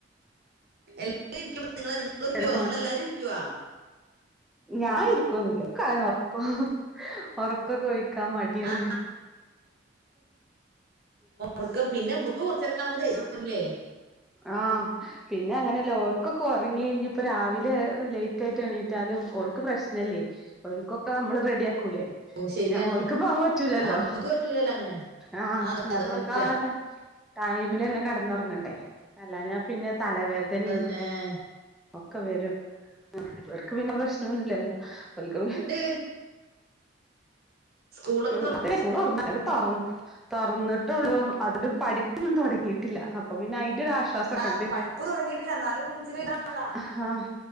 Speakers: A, on the right; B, in the centre.
A: എൽ ഇര്ക്യുമ്പ നിങ്ങളെ ഇര്ക്ക്യോ
B: ചെറിയ
A: നിങ്ങളല്ലാരു ഇര്ക്ക്യോ
B: ഞാഇരിക്കൊന്നുല്ല ക്കങ്ങനെഒർ ക്കൊഹ് ഒറക്കൊക്കൊ ഒഴിക്കാമട്യാണ്
A: ആ ഒർക്കം പിന്നെമ്പക്ക് കൊർച്ചേരം കാണുമ്പദേഷ്യംവരൂലേ
B: ആഹ് പിന്നെഅങ്ങനെല്ല കോ ക്കൊ ക്കൊറങ്ങിയ്ഞ്ഞപ്പം രാവിലെ ലൈറ്റായിറ്റഎണീറ്റാലും ഓൽക്ക്പ്രശ്നല്ലേ ഓൽക്കൊക്കെ അമ്മള്റെഡിയാ കൂലെ
A: ഓ ശരിയാണ്
B: ഞമ്മൾക്ക്പോ അത് പറ്റൂലല്ലോ
A: ആ നമുക്ക് പറ്റൂലല്ലോ അങ്ങനെ
B: ആഹ് ആഹ്
A: ആ അത്
B: ഞമ്മൾക്കാട്ടെ
A: അത് കറക്റ്റാ
B: ടൈമിലെന്നേ കടന്നൊർങ്ങണ്ടേ അല്ലാഞ്ഞഞാ പിന്നെ തലവേദനിം
A: ഏഹ്
B: ഒക്കെവെരും ഇവർക്ക്പിന്നെ പ്രേശ്നോന്നുല്ല്യല്ലോ ഓൽക്ക്‌ പി
A: എ സ്കൂളൊക്കെ
B: ഉം
A: തുറ
B: അതനെ സ്കൂളൊർന്നാ <unintelligible> തൊർ തൊർന്ന്ട്ടൊള്ളൂ അത്ണ്ട്പഠിപ്പും തൊടങ്ങീട്ടില്ല അപ്പൊ പിന്നെ ഐന്റെരാശ്വാസ് സൊക്കണ്ട്
A: ആ പഠിപ്പ് തുടങ്ങിയിട്ടില്ല എന്നാലും ഇച്ചിരി ഇതാണല്ലോ
B: ആഹ്